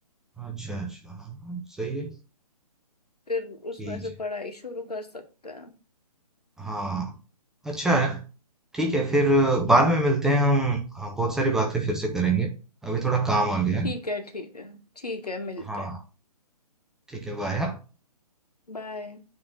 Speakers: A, in the centre; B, on the left.
A: अच्छा अच्छा हाँ, सही है
B: फिर उसमें
A: ठीक
B: से
A: है
B: पढ़ाई शुरू कर सकते हैं
A: हाँ अच्छा है ठीक है फिर अ, बाद में मिलते हैं हम हाँ, बहुत सारी बातें फिर से करेंगे अभी थोड़ा काम आ गया है
B: ठीक है ठीक है ठीक है मिलते
A: हाँ
B: हैं
A: ठीक है वो आया
B: बाय